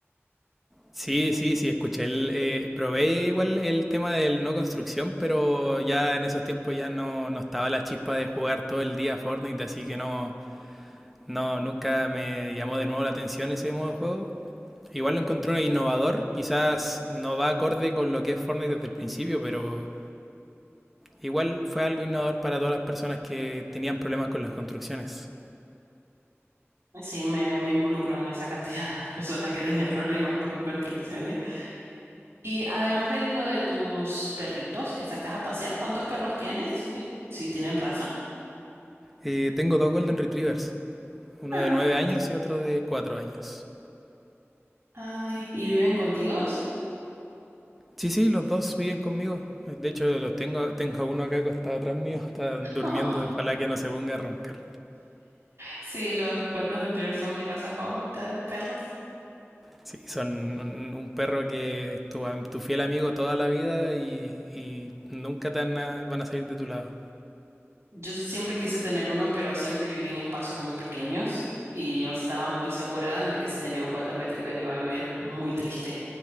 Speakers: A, in the centre; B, on the right (about 65°).
A: Sí, sí, sí, escuché, el, eh, probé igual el tema del no construcción, pero ya en esos tiempos ya no, no estaba la chispa de jugar todo el día Fortnite, así que no, No, nunca me llamó de nuevo la atención ese modo de juego. Igual lo encontré innovador, quizás no va acorde con lo que es Fortnite desde el principio, pero igual fue algo innovador para todas las personas que tenían problemas con las construcciones.
B: Sí, me, me involucro en esa cantidad de <laughs> personas que tenían problemas con construcciones. Y además de lo de tus perritos que sacas a pasear, ¿cuántos perros tienes? Y Si tienen raza.
A: Eh, tengo dos Golden Retrievers, uno
B: Ay,
A: de 9 años y otro de 4 años.
B: ay, ¿y viven contigo?
A: Sí, sí, los dos viven conmigo. De hecho, los tengo, tengo uno acá acostado atrás mío, está durmiendo,
B: <laughs>
A: ojalá que no se ponga a roncar.
B: Sí, los Golden Retrievers son mi raza favorita de perros.
A: Sí, son un un perro que es tu, am- tu fiel amigo toda la vida y, y nunca te van a, van a salir de tu lado.
B: Yo siempre quise tener uno, pero siempre viví en espacios muy pequeños y yo estaba muy segura de que si tenía un Golden Retriever iba a vivir muy triste,